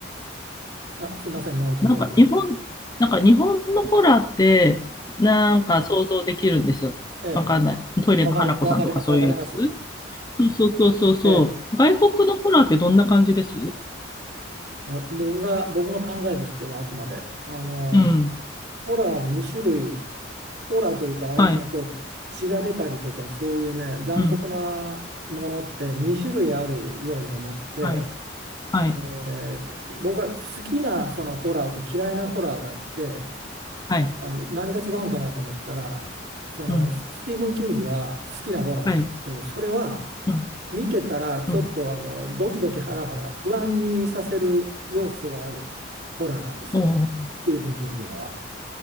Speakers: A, on the right; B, on the left.
A: あ、すいません、もう一度。
B: なんか日本、
A: うん
B: なんか日本のホラーって、なんか想像できるんですよ。
A: ええ、
B: わかんない。トイレの花子さんとかそういうやつ
A: わかり、わかりま、わかります。
B: そうそうそうそうそう。
A: ええ
B: 外国のホラーってどんな感じです
A: まあ、僕が、僕の考えですけど、あくまで。あの、
B: うん。
A: ホラーは2種類、ホラーというか、ああいうね、
B: はい。
A: こう、血が出たりとか、そういうね、残酷なものって2種類あるように思って、
B: うん。はい。はい。
A: で、僕が好きなそのホラーと嫌いなホラーがあって、
B: はい。
A: あ、何が違うんかなと思ったら、その、
B: うん。
A: スティーブン・キングは好きなホラーなんですけど、
B: はい。
A: それは、
B: うん。
A: 見てたらちょっとあのドキドキハラハラ不安にさせる要素があるホラーなんですよスティーブン・
B: うん。おお、
A: キングのは。